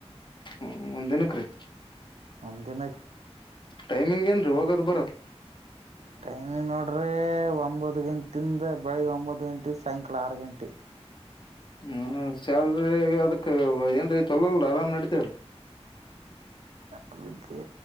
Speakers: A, on the left; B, on the right.
A: ಹ್ಮ ಒಂದ ದಿನಕ್ಕೆ ರೀ
B: ಒಂದಿನ
A: ಟೈಮಿಂಗ್ ಏನ್ರಿ ಹೋಗೋದು ಬರದು
B: ಟೈಮಿಂಗ್ ನೋಡ್ರೆ ಒಂಬತ್ತು ಗಂಟೆಯಿಂದ ಬೆಳಿಗ್ಗೆ ಒಂಬತ್ತು ಗಂಟೆ ಸಾಯಂಕಾಲ ಆರು ಗಂಟೆ
A: ಹ್ಮ ಶ್ಯಾಲ್ರಿ ಅದಕ್ ಏನ್ರೀ ಚೊಲಲ್ರ ಆರಾಮ್ ನಡಿತೇಲ್
B: ಅದಕ್ಕೆ